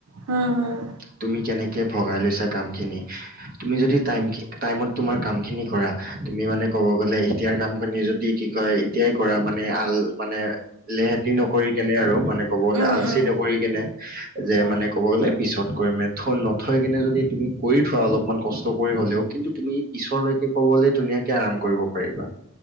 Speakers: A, on the right (about 85°); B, on the right (about 40°).
A: হুম হুম
B: তুমি কেনেকে ভগাই লৈছা কামখিনি তুমি যদি টাইমত তোমাৰ কাম খিনি কৰা তুমি মানে কব গ'লে এতিয়াৰ কাম খিনি যদি কি কয় এতিয়াই কৰা মানে আল মানে লেহেতি নকৰি কেনে আৰু মানে ক'ব গ'লে
A: উম
B: আলচি
A: উম
B: নকৰি কেনে যে
A: উম
B: মানে ক'ব গ'লে পিছত কৰিমে নথৈ কিনে যদি তুমি কৰি থোৱা অলপমান কষ্ট কৰি হলেও কিন্তু তুমি পিছলৈকে ক অকলে ধুনীয়াকে আৰাম কৰিব পাৰিবা